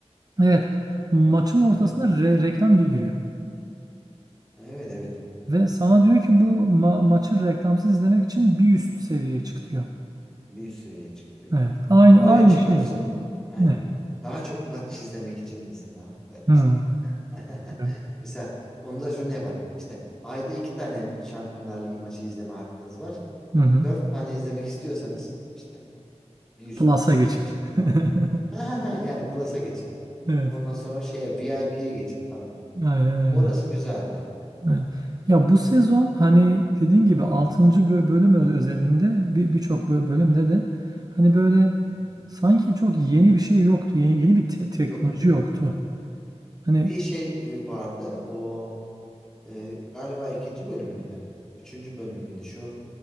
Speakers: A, on the right (about 35°); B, in the centre.
A: evet maçın ortasında
B: Evet evet.
A: re- reklam gi- giriyor.
B: Evet evet.
A: Ve sana diyor ki bu ma- maçı reklamsız izlemek için bir üst seviyeye çık diyor.
B: Bir üst seviyeye çıkıyor.
A: Evet. Aynı
B: Oraya
A: aynı
B: çıkarsın.
A: şey.
B: Aynen.
A: Ne?
B: Daha çok maç izlemek için mesela böyle
A: Hmm.
B: işte. <laughs>
A: Evet.
B: Mesela onu da şunu yapar. İşte ayda iki tane Şampiyonlar Ligi maçı izleme hakkınız var.
A: Hı hı.
B: Dört tane izlemek istiyorsanız işte bir üst
A: Plus'a geçin.
B: lige çıkın falan.
A: <laughs>
B: Ha ha ha yani Plus'a geçin.
A: Evet.
B: Ondan sonra şeye VIP'ye geçin falan.
A: Aynen öyle.
B: Orası güzeldi.
A: Evet. Ya bu sezon hani dediğin gibi
B: Hı hı,
A: altıncı bö- bölüm ö- özelinde bir birçok bö- bölümde de hani böyle
B: hı hı.
A: sanki çok yeni bir şey yoktu. Yeni yeni bir te- teknoloji
B: Yoktu.
A: yoktu. Hani
B: Bir şey vardı o e, galiba ikinci bölüm müydü? Üçüncü bölüm müydü şu?